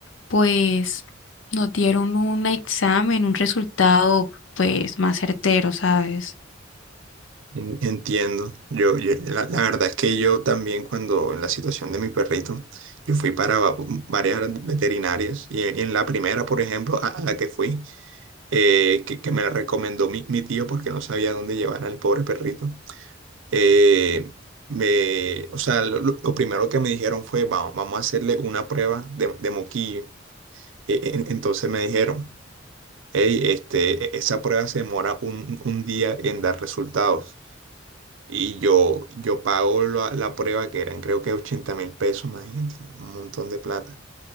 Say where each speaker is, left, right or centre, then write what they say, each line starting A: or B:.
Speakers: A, on the left; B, on the right.
A: pues nos dieron un examen, un resultado pues más certero, ¿sabes?
B: En- Entiendo. Yo, yo- la, la verdad es que yo también cuando en la situación de mi perrito, yo fui para va- varias veterinarias y, en y en la primera, por ejemplo, a, a la que fui, eh, que, que me la recomendó mi, mi tío porque no sabía dónde llevar al pobre perrito. eh, me, o sea, lo, lo- lo primero que me dijeron fue, vamos, vamos a hacerle una prueba de, de moquillo. E- e, en- entonces me dijeron, hey, este, e- esa prueba se demora un, un día en dar resultados. Y yo, yo pago la, la prueba que eran creo que ochenta mil pesos, imagínate, un montón de plata